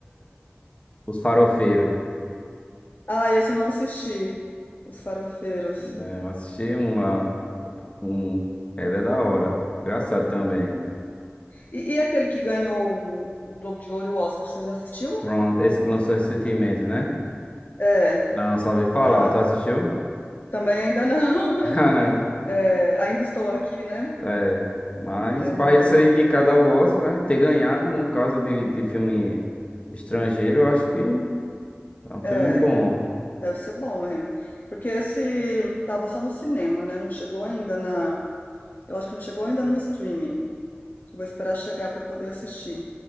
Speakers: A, on the left (about 30°); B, on the left (about 50°).
A: Os Farofeiros.
B: Ah, esse eu não assisti. Os Farofeiros.
A: né? Eu assisti um lá. Um... Ele é da hora. Engraçado também.
B: E, e aquele que ganhou o, o Globo de Ouro e o Oscar, você já assistiu?
A: Pronto, esse que lançou recentemente, né?
B: É,
A: Não, só ouvi falar.
B: da.
A: Tu assistiu?
B: Também ainda não. <laughs>
A: <laughs> Caramba.
B: É, ainda estou aqui, né?
A: É. Mas
B: É,
A: pra
B: não.
A: ele ser indicado ao Oscar, né? Ter ganhado, no caso de, de filme estrangeiro, eu acho que é um filme
B: É.
A: bom.
B: Deve ser bom, é. Porque esse tava só no cinema, né? Não chegou ainda na. Eu acho que não chegou ainda no streaming. Vou esperar chegar para poder assistir.